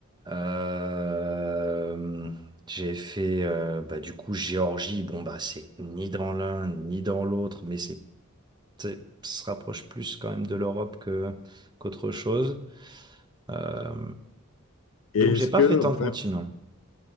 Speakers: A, on the right; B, on the left.
A: Euh, j'ai fait, euh, bah, du coup, Géorgie, bon, bah, c'est ni dans l'un ni dans l'autre, mais c'est c'est- se rapproche plus quand même de l'Europe que qu'autre chose. Euh,
B: Et
A: donc j'ai
B: est-ce
A: pas
B: que,
A: fait tant
B: en fait,
A: de continents.